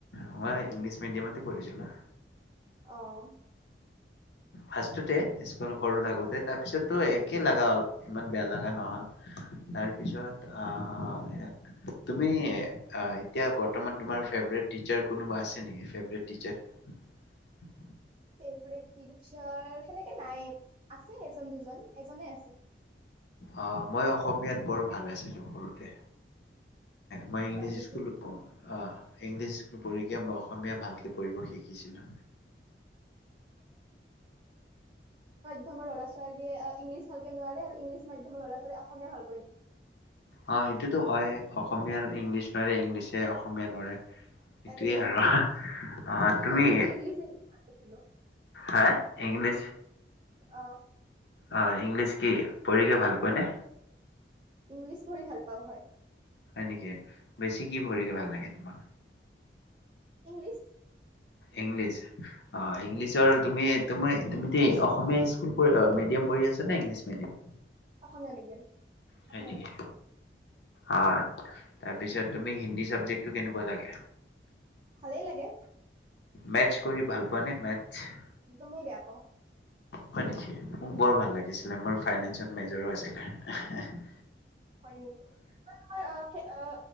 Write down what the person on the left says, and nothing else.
আমাৰ ইংলিছ মিডিয়ামতে পঢ়িছিলো।
ফাষ্টটে স্কুল সৰু থাকোতে তাৰপিছতো একে লগা হ'ল, ইমান বেয়া লগা নহ'ল, তাৰপিছত আহ তুমি এতিয়া বৰ্তমান তোমাৰ ফে ফেভৰেট টিচাৰ কোনোবা আছে নেকি ফেভৰেট টিচাৰ
অ মই অসমীয়াত বৰ ভাল আছিলো সৰুতে। মই ইংলিছ
স্কুলত পঢ় আ ইংলিছ পঢ়িকে মই অসমীয়া ভালকে পঢ়িব শিকিছিলো।
অ সেইটোতো হয় অসমীয়াৰ ইংলিছ নোৱাৰে ইংলিছে অসমীয়া নোৱাৰে সেইটোৱে
আৰু অহ তুমি
হা ইংলিছ
অ ইংলিছ কি পঢ়িকে ভাল পোৱা নে?
হয় নেকি বেছি কি ভৰিকে ভাল লাগে তোমাক
ইংলিছ অ ইংলিছৰ তুমি তুমি তুমি টি অসমীয়া স্কুল পঢ় অ মিডিয়াম পঢ়ি আছ নে ইংলিছ মিডিয়াম
হয়
নেকি
অ তাৰপিছত তুমি হিন্দী চাবজেক্টটো কেনেকুৱা লাগে
মেথচ কৰি ভাল পোৱা নে মেথচ?
হয়নেকি মোৰ বৰ ভাল লাগিছিলে মোৰ ফাইনেঞ্চত মেজৰো আছিলে এহ হে হে